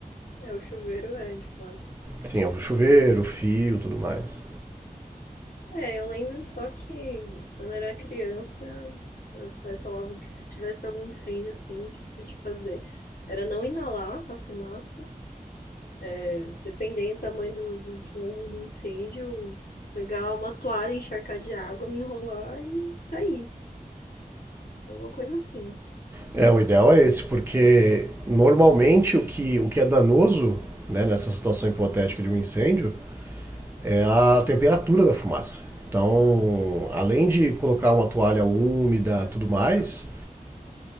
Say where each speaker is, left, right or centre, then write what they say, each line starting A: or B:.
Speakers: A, on the left (about 60°); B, on the right (about 15°).
A: É, o chuveiro é de plástico.
B: Sim, é o chuveiro, o fio, tudo mais.
A: É, eu lembro só que quando era criança, meus pais falavam que se tivesse algum incêndio assim, o que que tinha que fazer? Era não inalar a fumaça, é, dependendo do tamanho do, do fogo, do incêndio, pegar uma toalha, encharcar de água, me enrolar e sair. Alguma coisa assim.
B: É, o ideal é esse, porque normalmente o que, o que é danoso né, nessa situação hipotética de um incêndio é a temperatura da fumaça. Então, além de colocar uma toalha úmida, tudo mais,